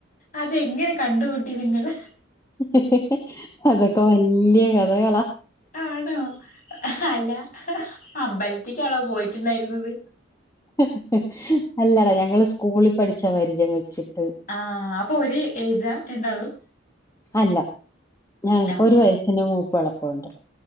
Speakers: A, on the left (about 40°); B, on the left (about 15°).
A: അത് എങ്ങനെ കണ്ടുമുട്ടി നിങ്ങള്
B: ഇഹ് ഹ് ഹെ അതൊക്കെ വല്യേ കഥകളാ
A: ആണോ എഹ്അല്ലാ ഹ് അമ്പൽത്തിക്കാണോ പോയിട്ട് ഇണ്ടായിര്ന്നത്
B: ഹെ ഹെ അല്ലടാ ഞങ്ങള് സ്കൂളിൽ പഠിച്ച പരിചയം വെച്ചിട്ട്
A: ആഹ് അപ്പൊ ഒര്ഏജാ രണ്ടാളും
B: അല്ല ഞങ്ങക്ക്
A: ആഹ്
B: ഒരു വയസ്സിന്റെ മൂപ്പുംഎളപ്പും ഉണ്ട്